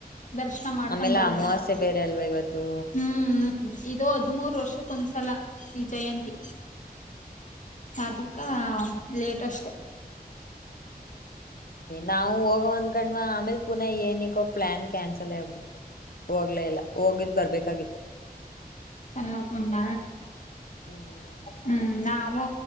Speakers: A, on the left (about 50°); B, on the left (about 65°).
A: ದರ್ಶನ ಮಾಡ್ಕೊಂಡ್
B: ಆಮೇಲೆ
A: ಬರ
B: ಅಮಾವಾಸ್ಯೆ
A: ತನಕ
B: ಬೇರೆ ಅಲ್ವಾ ಇವತ್ತು
A: ಹ್ಮ್ ಹ್ಮ ಇದು ಹದಿಮುರು ವರ್ಷಕ್ಕೊ ಒಂದ್ಸಲ ಈ ಜಯಂತಿ ಅದು <inaudible> ಹಾ ಲೇಟಸ್ಟ್
B: ನಾವು ಹೋಗೋವಂದ್ಕಣ್ವಾ ಆಮೇಲ್ ಪುನಃ ಏನಿಗೋ ಪ್ಲಾನ್ ಕ್ಯಾನ್ಸಲ್ ಆಗ್ಬಿಟ್ಟು ತು ಹೋಗ್ಲೇ ಇಲ್ಲ ಹೋಗಿದ್ ಬರ್ಬೇಕಾಗಿತ್ತು
A: ಚೆನ್ನತ್ ಮಂದ
B: ಹ್ಮ್
A: ಹ್ಮ್ ನಾವು